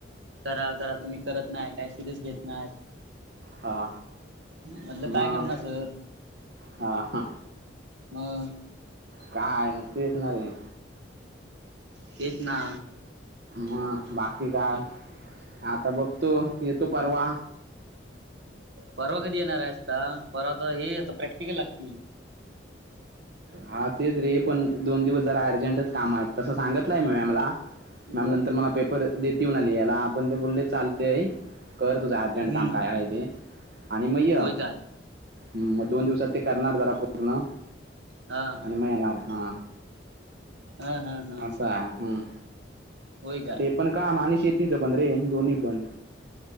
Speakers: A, on the right; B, on the right.
A: करा करा तुम्ही करत नाही काय? सिरियस घेत नाहीत?
B: हा
A: म्हटलं काय
B: मग
A: करणार सर?
B: हा हा
A: मग
B: काय मग तेचणारे आहे
A: तेच ना
B: म बाकी काय आता बघतो येतो परवा
A: परवा कधी येणार आहेसता परवा तर हे त प्रॅक्टिकल लागतील
B: हा तेच रे पण दोन दिवस जरा अर्जंटच काम तसं सांगितलंय मी मॅमला
A: सुरू
B: मॅम
A: आहे
B: नंतर मला पेपर देत येऊन आली याला आपण ते बोललेत चालते कर तुझा अर्जंट
A: हम्म
B: काम काय आहे ते आणि मग य
A: होय काय
B: ह मग दोन दिवसात ते करणार जरा पूर्ण
A: हा.
B: आणि मग येणार हा
A: हा हा हा
B: असं आहे हं
A: होय काय
B: ते पण काम आणि शेतीचं पण रे दोन्ही पण